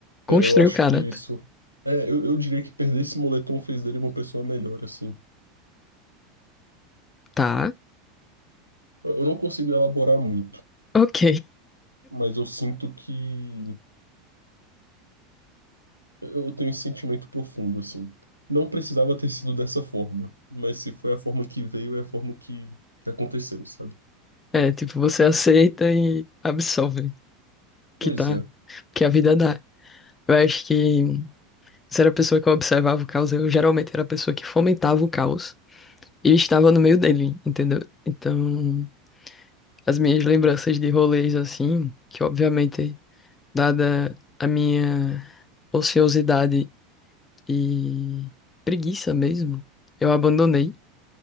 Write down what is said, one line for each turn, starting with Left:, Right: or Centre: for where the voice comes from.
Left: Construiu
Right: Eu, eu acho
Left: o caráter.
Right: que isso. É, eu, eu diria que perder esse moletom fez dele uma pessoa melhor, assim.
Left: Tá,
Right: Eu, eu não consigo elaborar muito,
Left: ok.
Right: mas eu sinto que. Eu tenho esse sentimento profundo, assim. Não precisava ter sido dessa forma, mas se foi a forma que veio, é a forma que, que aconteceu, sabe?
Left: É, tipo, você aceita e absorve que
Right: Pois
Left: tá,
Right: é.
Left: que a vida dá. Eu acho que se era a pessoa que observava o caos, eu geralmente era a pessoa que fomentava o caos e estava no meio dele, entendeu? Então. as minhas lembranças de rolês assim, que obviamente, dada a minha ociosidade e preguiça mesmo, eu abandonei,